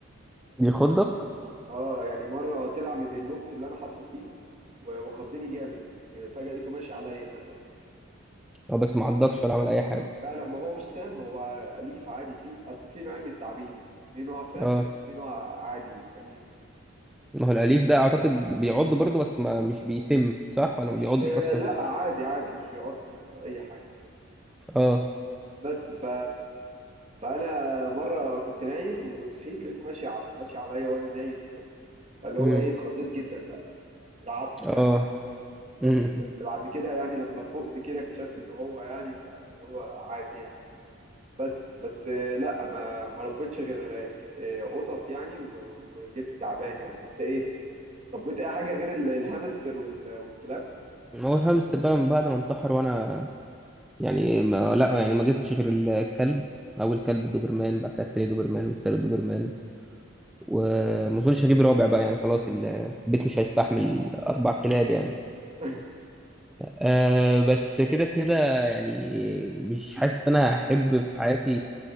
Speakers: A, in the centre; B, on the right (about 35°).
A: بيخضك
B: يعني اه يعني مره طلع من البوكس اللي انا حاطه فيه و- وخضني جامد فجاه لقيته ماشي عليا مثلا
A: اه بس معضكش ولا عمل أي حاجة
B: لا لا ما هو مش سام هو اليف عادي في اصل في نوعين من التعابين في نوع سام
A: اه
B: في نوع عادي اليف
A: ما هو الأليف ده أعتقد بيعض برضه بس ما مش بيسم صح ولا
B: مش
A: ما بيعضش أصلا
B: لا عادي عادي مش بيعض يعني ولا اي حاجه
A: اه
B: بس ف فانا مره كنت نايم وصحيت لقيته ماشي ع... ماشي عليا وانا نايم كده فاللي
A: امم
B: هو ايه اتخضيت جدا بقى اترعبت
A: اه
B: يعني <laughs> بس
A: امم
B: بس بعد كده يعني لما فقت كده اكتشفت ان هو يعني فاللي هو عادي يعني بس بس آه، لا ما ما ربيتش غير آه، قطط يعني و... وجبت تعبان يعني انت ايه ربيت اي حاجه غير ال- الهامستر وال... والكلاب
A: ما هو الهامستر بقى من بعد ما انتحر وأنا يعني ما لا يعني ما جبتش غير الكلب أول كلب الدوبرمان بعد كده التاني دوبرمان والتالت دوبرمان وما أظنش هجيب رابع بقى يعني خلاص البيت مش هيستحمل أربع كلاب يعني
B: <laughs>
A: أه بس كده كده يعني مش حاسس ان انا احب في حياتي